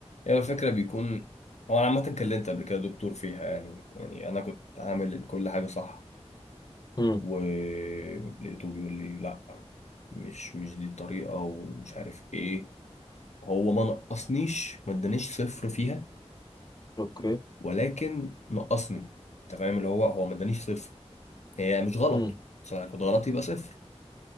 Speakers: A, on the left; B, on the left.
A: هي الفكرة بيكون هو أنا عامة اتكلمت قبل كده دكتور فيها يعني يعني أنا كنت عامل كل حاجة صح
B: امم
A: ولقيته بيقول لي لأ مش مش دي الطريقة ومش عارف إيه هو ما نقصنيش ما ادانيش صفر فيها
B: اوكي
A: ولكن نقصني أنت فاهم اللي هو هو ما ادانيش صفر هي مش غلط
B: امم
A: بس أنا كنت غلط يبقى صفر